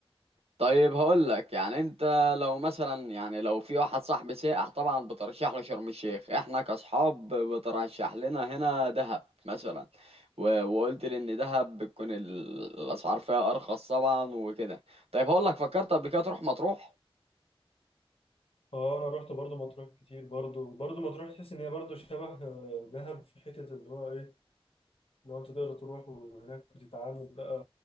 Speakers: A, on the right; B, on the left.
A: طيب هقول لك يعني انت لو مثلا يعني لو في واحد صاحبي سائح طبعا بترشح له شرم الشيخ احنا كاصحاب بترشح لنا هنا دهب مثلا و- وقلت لي ان دهب بتكون ال- الاسعار فيها ارخص طبعا وكده طيب هقول لك فكرت قبل كده تروح مطروح
B: اه انا رحت برضو مطروح كتير برضو برضو مطروح تحس ان هي برضو شبه آه، دهب في حتة اللي هو ايه لو انت تقدر تروح وهناك بتتعامل بقى